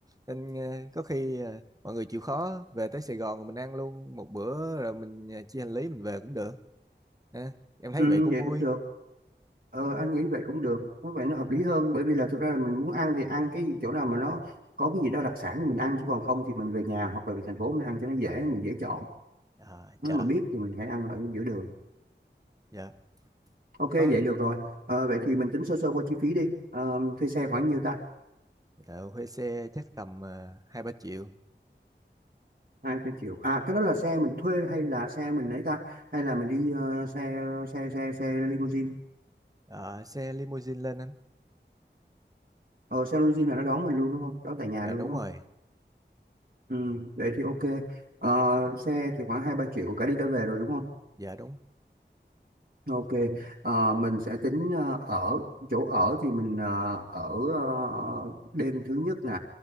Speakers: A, on the right; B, on the right.
A: nên ờ, có khi ờ, mọi người chịu khó về tới Sài Gòn rồi mình ăn luôn một bữa rồi mình ờ, chia hành lý mình về cũng được ha em thấy
B: ừ,
A: vậy cũng
B: vậy
A: vui
B: cũng được Ờ, anh nghĩ vậy cũng được nó vậy nó hợp lý hơn bởi vì là thực ra là mình muốn ăn thì ăn cái chỗ nào mà nó có cái gì đó đặc sản thì mình ăn chứ còn không thì mình về nhà hoặc là về thành phố mình ăn cho nó dễ mình dễ chọn
A: Ờ,
B: nếu
A: dạ
B: mà biết thì mình hãy ăn ở giữa đường
A: dạ
B: ok
A: Đó.
B: vậy được rồi Ờ, vậy thì mình tính sơ sơ qua chi phí đi Ờ, thuê xe khoảng nhiêu ta
A: Ờ, thuê xe chắc tầm ờ, hai ba triệu
B: hai cái triệu à cái đó là xe mình thuê hay là xe mình lấy ta hay là mình đi ờ, xe xe xe xe limousine
A: Ờ, xe limousine lên anh
B: ờ, xe limousine là nó đón mình luôn đúng không đón tại nhà
A: dạ
B: luôn
A: đúng
B: đúng không
A: rồi
B: ừ, vậy thì ok Ờ, xe thì khoảng hai ba triệu cả đi cả về rồi đúng không
A: dạ đúng
B: Ok, ờ, mình sẽ tính ờ, ở chỗ ở thì mình ờ, ở ờ, đêm thứ nhất nè,